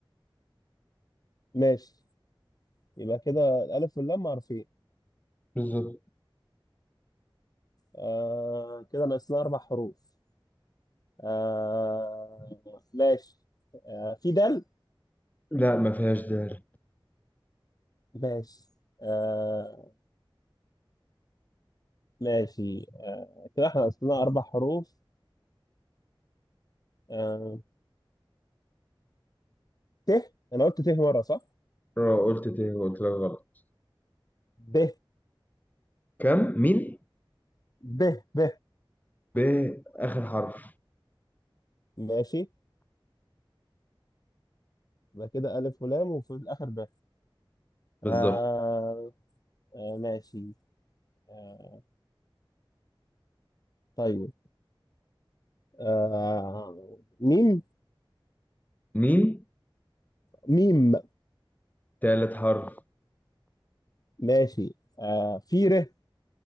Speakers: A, on the left (about 45°); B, on the left (about 20°).
A: ماشي يبقى كده الألف واللام معروفين
B: بالظبط
A: آه... كده ناقصنا أربع حروف آه... ماشي آه... في دال
B: لا ما فيهاش دال
A: ماشي آه... ماشي آه... كده إحنا ناقصنا أربع حروف آه... ت أنا قلت ت مرة صح؟
B: را- قلت تاني قلت لك غلط
A: ب
B: كم مين
A: ب ب
B: ب آخر حرف
A: ماشي يبقى كده ألف ولام وفي الآخر ب
B: بالظبط
A: آه آه ماشي آه طيب آه ميم
B: مين
A: ميم
B: تالت حرف
A: ماشي آه في ر